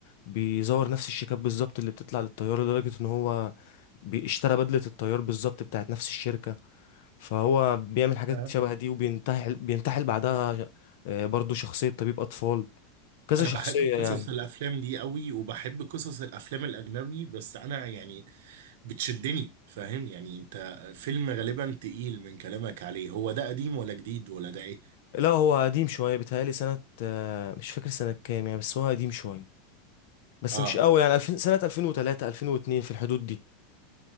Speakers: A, on the left; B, on the right.
A: بيزور نفس الشيكات بالظبط اللي بتطلع للطيار لدرجة ان هو بيشترى بدلة الطيار بالظبط بتاعت نفس الشركة فهو بيعمل حاجات
B: أه.
A: شبه دي وبينتحل بينتحل بعدها آه، برضو شخصية طبيب أطفال كذا
B: انا
A: شخصية
B: بحب قصص
A: يعني
B: الافلام دي قوي وبحب قصص الافلام الاجنبي بس انا يعني بتشدني فاهم يعني انت فيلم غالبا تقيل من كلامك عليه هو ده قديم ولا جديد ولا ده ايه
A: لا هو قديم شوية بيتهيألي سنة آه، مش فاكر سنة كام يعني بس هو قديم شوية بس
B: اه
A: مش قوي يعني 2000 سنة 2003 2002 في الحدود دي